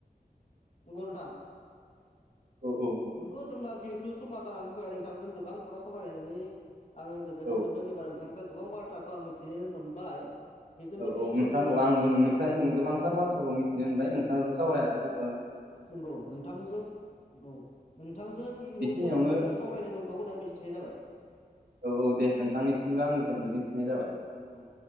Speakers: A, on the left; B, on the right.
A: नंगौ नोंथां
B: औ औ
A: नोंगौ जोंना जिहेथु समाज जानानै फैबाय नोंथांजों गोबां खोथा सावरायनानै आङो गोजोननाय
B: औ
A: मोनदों एबा नोंथांनिफ्राय गोबां बाथ्राखौ आं मिथिनो मोनबाय। जिथुनिखि
B: औ औ नोंथां
A: जोङो
B: औ आंबो नोंनिफ्राय
A: औ
B: गोबांथार बाथ्राखौ मिथिनो होनबाय नोंथांजों सावरायनानै औ।
A: नंगौ नोंथांजों औ। नोंथांजों इयुन
B: बेखिनियावनो
A: समाव बेफोरबायदिनो सावरायनो मोनबावगोन होननानै मिजिंथिनाय जाबाय।
B: औ औ दे नोंथांनिसिमबो आंनिफ्राय मिजिंथिनाय जाबाय
A: औ